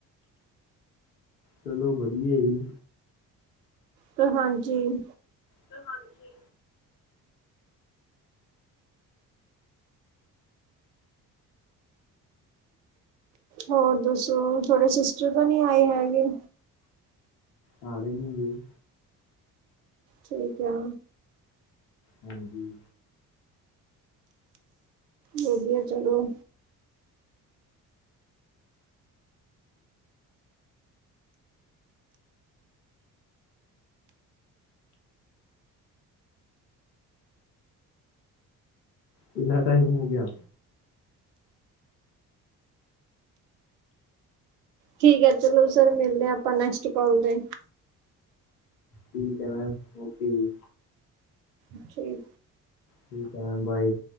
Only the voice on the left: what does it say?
ਚਲੋ ਵਧੀਆ ਜੀ।
ਤੇ ਹਾਂਜੀ।
ਆ ਰੇ ਨੇਗੇ।
ਹਾਂਜੀ।
ਕਿੰਨਾ ਟਾਈਮ ਹੋ ਗਿਆ।
ਠੀਕ ਹੈ, ਮੈਮ ਓਕੇ ਜੀ।
ਠੀਕ ਹੈ ਮੈਮ ਬਾਏ।